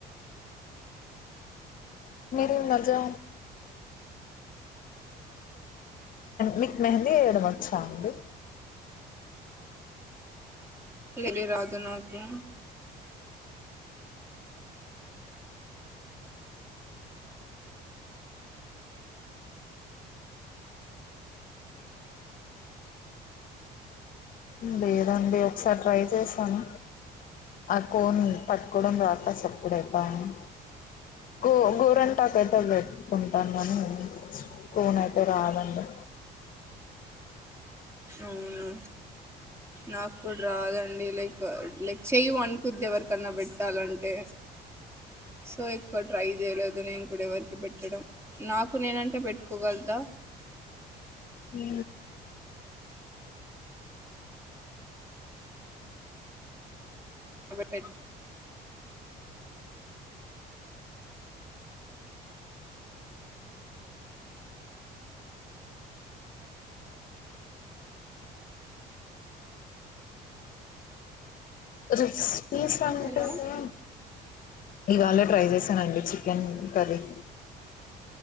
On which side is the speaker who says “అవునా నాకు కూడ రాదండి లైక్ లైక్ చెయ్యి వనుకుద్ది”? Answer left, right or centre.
Right